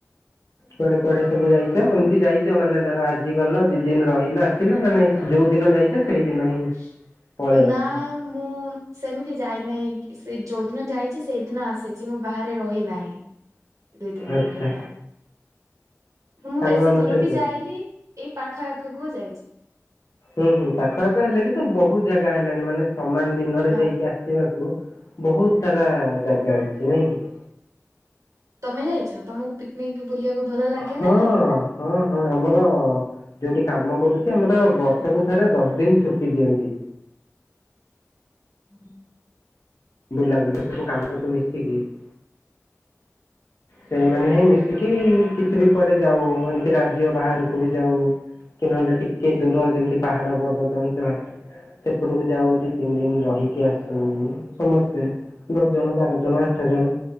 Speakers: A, on the left; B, on the right.
A: କୁଆଡ଼େ କୁଆଡ଼େ ସବୁ ଯାଇଚ? ଏମ୍ତି ଯାଇଚ ମାନେ ଧର ଆଜି ଗଲ ଦି ଦିନ ରହିଲ ଆସିଲ, ନା ନାଇଁ ଯଉ ଦିନ ଯାଇଚ ସେଇ ଦିନ ହିଁ
B: <inaudible>
A: ପଳେଇ ଆସ
B: ସେମିତି ଯାଇନା, କି ସେ ଯଉ ଦିନ ଯାଇଚି ସେଇଦିନ ଆସିଚି, ମୁଁ ବାହାରେ ରହିନାଇଁ। <inaudible>
A: ଆଚ୍ଛା।
B: ମୁଁ
A: ସାଙ୍ଗମାନଙ୍କ
B: ବେଶି ଦୂର
A: ସହିତ
B: ବି ଯାଇଲି, ଏଇ ପାଖ ଆଖକୁ ଯାଇଚି।
A: ଉଁ ହୁଁ, ପାଖଆଖ ହେଲେ ବି ତ ବହୁତ୍ ଜାଗା ହେଲାଣି। ମାନେ ସମାନ୍‌ ଦିନରେ
B: ହଁ
A: ଯାଇକି ବାକୁ ବହୁତ୍‌ ସାରା ଜାଗା ଅଛି ନାଇଁ କି?
B: ତମେ ଯାଇଛ, ତମୁକୁ ପିକ୍ନିକ୍ ବୁଲିବାକୁ ଭଲ ଲାଗେ
A: ହଁ
B: ନା ନାଇଁ?
A: ହଁ ହଁ ଆମ ଯଉଠି କାମ କରୁଚି, ଆମ୍ର ବର୍ଷକୁ ଥରେ ଦଶ୍ ଦିନ୍‌ ଛୁଟି ଦିଅନ୍ତି।
B: ହୁଁ
A: <inaudible> ସେଇମାନେ ହିଁ ମିଶିକି କୁଆଡ଼େ ଯାଉ, ଏମ୍ତି ରାଜ୍ୟ ବାହାରକୁ ବି ଯାଉ। କି ନହେଲେ ଟିକେ ଦୂର, ଯେମିତି ପାହାଡ ପର୍ବତ ଞ୍ଚଳ ସେପଟକୁ ଯାଉ, ଦି ତିନ୍ ଦିନ୍‌ ରହିକି ଆସୁ ସମସ୍ତେ। ଦଶ୍ ଜଣ ବାର ଜଣ ଆଠ ଜଣ